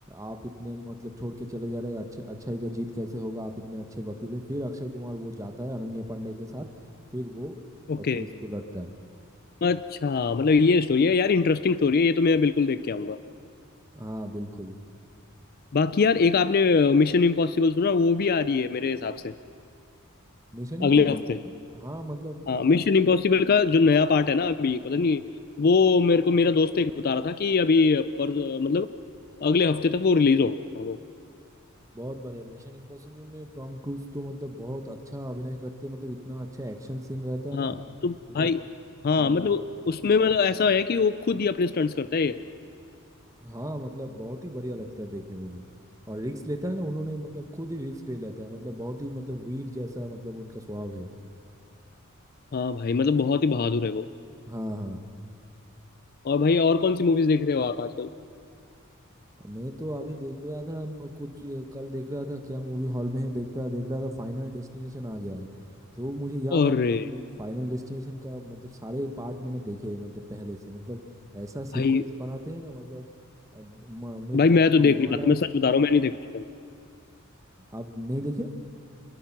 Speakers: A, on the right; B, on the left.
A: आप इतने मतलब छोड़ के चले जा रहे हैं अच्छे अच्छाई का जीत कैसे होगा आप इतने अच्छे वकील हैं फिर अक्षय कुमार वो जाता है अनन्या पांडे के साथ फिर वो
B: ओके
A: अ, केस को लड़ता है
B: अच्छा मतलब ये स्टोरी है यार इंटरेस्टिंग स्टोरी है ये तो मैं बिल्कुल देख के आऊंगा
A: हाँ बिल्कुल
B: बाकी यार एक आपने मिशन इम्पॉसिबल सुना वो भी आ रही है मेरे हिसाब से
A: मिशन इम्पॉसिबल
B: अगले हफ्ते
A: हाँ मतलब
B: हाँ
A: वो
B: मिशन इम्पॉसिबल का जो नया पार्ट है ना अभी पता नहीं वो मेरे को मेरा दोस्त एक बता रहा था कि अभी पर मतलब अगले हफ्ते तक वो रिलीज होगा वो
A: बहुत बढ़िया मिशन इम्पॉसिबल में टॉम क्रूज तो मतलब बहुत अच्छा अभिनय करते हैं, मतलब इतना अच्छा एक्शन सीन रहता है
B: हाँ
A: ना
B: तो भाई
A: मतलब
B: हाँ
A: हाँ
B: मतलब उसमें मतलब ऐसा है कि वो खुद ही अपने स्टंट्स करता है ये
A: हाँ मतलब बहुत ही बढ़िया लगता है देखने में भी और रिस्क लेता है ना उन्होंने मतलब खुद ही रिस्क ले लेता है मतलब बहुत ही मतलब वीर जैसा मतलब उनका स्वभाव है
B: हाँ भाई मतलब बहुत ही बहादुर है वो
A: हाँ हाँ
B: और भाई और कौन सी मूवीज देख रहे हो आप आजकल
A: मैं तो अभी देख रहा था म- कुछ अ, कल देख रहा था क्या मूवी हॉल में है देखता देख रहा था फाइनल डेस्टिनेशन आ गया है तो मुझे याद
B: अरे
A: आ गया कि फाइनल डेस्टिनेशन का मतलब सारे पार्ट मैंने देखे हैं मतलब पहले से मतलब ऐसा सीक्वेंस
B: भाई
A: बनाते हैं ना मतलब अ, म- मृत्यु
B: भाई मैं
A: जब
B: तो देख
A: आने
B: नहीं
A: वाला
B: पाता मैं
A: है
B: सच बता रहा हूँ मैं नहीं देख पाता हूँ
A: आप नहीं देखे